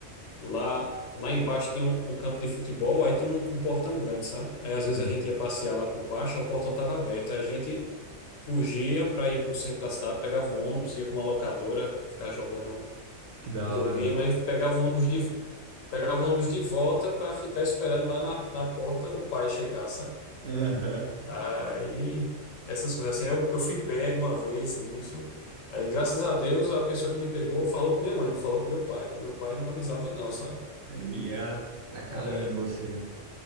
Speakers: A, on the left; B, on the right.
A: Lá, lá embaixo tinha um, um campo de futebol, aí tinha um, um portão grande, sabe? Aí às vezes
B: Ah,
A: a gente ia passear lá por baixo, aí o portão estava aberto, aí a gente fugia para ir para o centro da cidade, pegava um ônibus, ia para uma locadora, ficar jogando
B: Que da
A: videogame,
B: hora. né?
A: aí pegava o ônibus de, pegava o ônibus de volta para ficar esperando lá na, na porta o pai chegar, sabe?
B: Aham.
A: Aí essas coisas assim, eu, eu fui pego uma vez nisso. Aí, graças a Deus, a pessoa que me pegou falou com minha mãe, não falou com meu pai, que meu pai não alisava, não, sabe?
B: Ia tacar
A: É,
B: lenha em você.